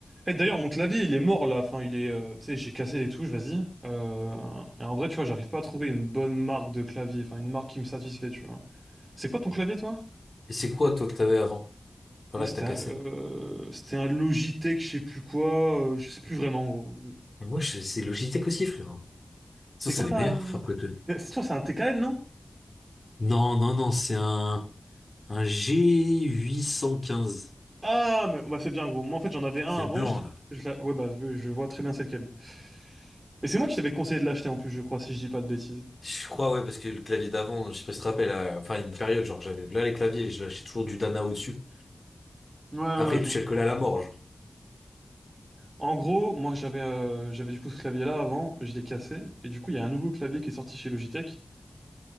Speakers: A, on the right (about 35°); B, on the left (about 45°).
A: Eh, d'ailleurs, mon clavier, il est mort là. Enfin, il est, euh, tu sais, j'ai cassé les touches, vas-y. Euh, et en vrai, tu vois, j'arrive pas à trouver une bonne marque de clavier, enfin, une marque qui me satisfait, tu vois. C'est quoi ton clavier, toi?
B: Et c'est quoi, toi, que t'avais avant? Voilà,
A: Moi, c'était
B: que t'as cassé.
A: un, euh, c'était un Logitech, je sais plus quoi, euh, je sais plus vraiment, gros.
B: Mais moi, je- c'est Logitech aussi, frérot. Ça,
A: C'est
B: c'est
A: quoi
B: les
A: ta.
B: meilleurs,
A: euh,
B: frère, pour les clés.
A: C'est toi, c'est un TKL, non?
B: Non, non, non, c'est un, un G815.
A: Ah, mais bah, c'est bien, gros. Moi, en fait, j'en avais un
B: C'est
A: avant.
B: le blanc,
A: Je, l'ai-
B: là.
A: je l'ai- ouais, bah, je vois très bien c'est lequel. Mais c'est moi qui t'avais conseillé de l'acheter en plus, je crois, si je dis pas de bêtises.
B: Je crois, ouais, parce que le clavier d'avant, je sais pas si tu te rappelles, euh, enfin, une période, genre, j'avais là les claviers et je lâchais toujours du Dana au-dessus.
A: Ouais,
B: Après,
A: ouais,
B: il
A: je
B: touchait le collet à la mort, genre.
A: En gros, moi j'avais euh, j'avais du coup ce clavier-là avant, je l'ai cassé, et du coup il y a un nouveau clavier qui est sorti chez Logitech.